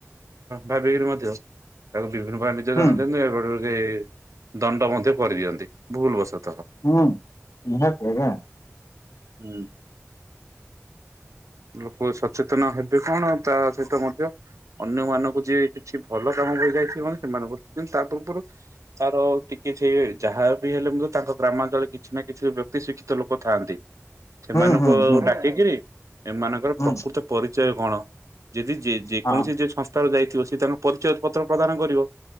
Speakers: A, on the right; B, on the left.
A: ଭାବିକିରି ମଧ୍ୟ ତାକୁ। ଦିନ
B: ହୁଁ
A: <unintelligible> ରେ ଦଣ୍ଡ ମଧ୍ୟ। କରିଦିଅନ୍ତି ଭୁଲ ବସନ୍ତି।
B: ହୁଁ <unintelligible>
A: ହୁଁ ଲୋକ ସଚେତନ ହେବେ କଣ ତା ସହିତ ମଧ୍ୟ ଅନ୍ୟ ମାନଙ୍କୁ ଯିଏ କିଛି ଭଲ କାମ କରି ଯାଇଥ ସେମାନଙ୍କ କିନ୍ତୁ ତା ପୂର୍ବରୁ ତାର ଟିକେ। ସେ ଯାହା ବି ହେଲେ ମଧ୍ୟ ତାଙ୍କ ଗ୍ରାମାଞ୍ଚଳରେ କିଛି ନା କିଛି ବ୍ୟକ୍ତି ଶିକ୍ଷିତ ଲୋକ ଥାଆନ୍ତି। ସେମାନଙ୍କୁ
B: ହୁଁ ହୁଁ
A: ଆ
B: ହୁଁ
A: ଡାକିକିରି। ଏମାନଙ୍କର
B: ହୁଁ
A: ପ୍ରକୃତ ପରି ଚୟ କଣ। ଯଦି ଯେ ଯେକୌଣସି
B: ହଁ।
A: ଯେସ୍। ର ଯାଇଥିବ ସେ ତାଙ୍କ ପରିଚୟ ପତ୍ର ପ୍ରଦାନ କରିବ।